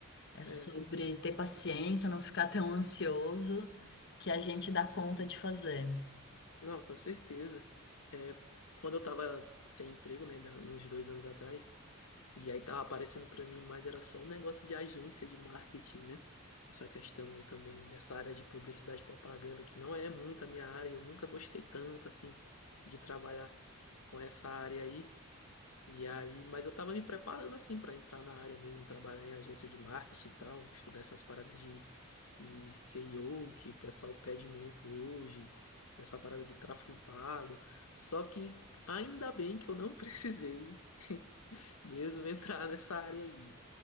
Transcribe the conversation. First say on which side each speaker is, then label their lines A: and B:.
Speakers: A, on the left; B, on the left.
A: é sobre
B: é.
A: ter paciência, não ficar tão ansioso que a gente dá conta de fazer.
B: Não, com certeza. É, quando eu tava sem emprego, né, da- uns dois anos atrás, E aí tava aparecendo pra mim, mas era só um negócio de agência de marketing, né? Essa questão aí também dessa área de publicidade e propaganda, que não é muito a minha área, eu nunca gostei tanto assim de trabalhar com essa área aí. E aí, mas eu tava me preparando assim pra entrar na área mesmo, trabalhar em agência de marketing e tal, estudar essas paradas de, de SEO que o pessoal pede muito hoje, essa parada de tráfego pago. Só que ainda bem que eu não <laughs> precisei mesmo entrar nessa área aí,